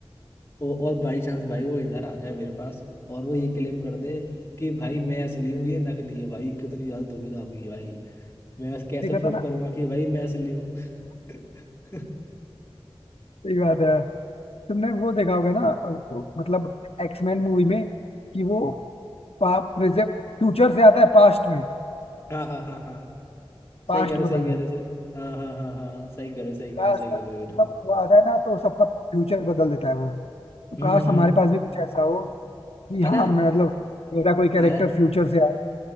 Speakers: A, on the left (about 25°); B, on the left (about 85°).
A: ओ, और बाई चांस भाई वो इधर आ जाए मेरे पास और वो ये क्लेम कर दे कि भाई मैं असली हूँ ये नकली है भाई कितनी ज्यादा दुविधा होगी भाई मैं बस कैसे
B: देखा
A: प्रूव
B: था ना
A: करूंगा कि भाई मैं असली हूँ <laughs>
B: सही बात है यार तुमने वो देखा होगा ना अ, वो, मतलब एक्समैन मूवी में कि वो पा, फ्यूचर से आता है पास्ट में
A: हाँ हाँ हाँ हाँ
B: पास्ट
A: सही कह रहे हो
B: बदलने
A: सही कह रहे हो सही हाँ हाँ हाँ हाँ हाँ सही कह रहे हो सही कह
B: काश
A: रहे हो सही
B: कोई
A: कह
B: मतलब
A: रहे हो बिल्कुल
B: वो आता है ना तो सबका फ्यूचर बदल देता है वो तो
A: हम्म
B: काश
A: हम्म।
B: हमारे पास भी कुछ ऐसा हो कि
A: पता
B: हाँ
A: है
B: मैं मतलब
A: आ-
B: मेरा कोई कैरेक्टर
A: आर
B: फ्यूचर से आए